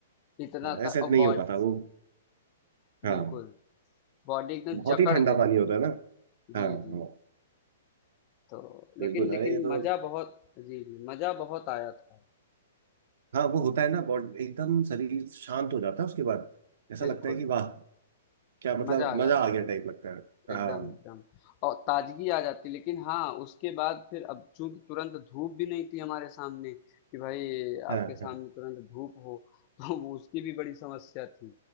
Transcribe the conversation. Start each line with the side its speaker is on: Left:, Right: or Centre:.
Left: इतना
Right: हाँ,
Left: था
Right: ऐसे
Left: और
Right: नहीं
Left: बॉडी
Right: हो पाता वो हाँ
Left: बिल्कुल बॉडी एकदम
Right: बहुत
Left: जकड़
Right: ही ठंडा
Left: गई
Right: पानी होता है ना
Left: जी
Right: हाँ हाँ
Left: जी तो
Right: बिल्कुल
Left: लेकिन लेकिन
Right: अरे ये तो
Left: मजा बहुत जी जी मजा बहुत आया था
Right: हाँ वो होता है ना बॉडी एकदम शरीर शांत हो जाता है उसके बाद ऐसा
Left: बिल्कुल
Right: लगता है कि वाह क्या मतलब
Left: मजा आ जाता
Right: मजा आ गया
Left: है
Right: टाइप लगता है
Left: एकदम
Right: हाँ
Left: एकदम और ताजगी आ जाती लेकिन हाँ उसके बाद फिर अब चूंकि तुरंत धूप भी नहीं थी हमारे सामने कि भाई
Right: हाँ
Left: आपके सामने
Right: हाँ
Left: तुरंत धूप हो <laughs> तो वो उसकी भी बड़ी समस्या थी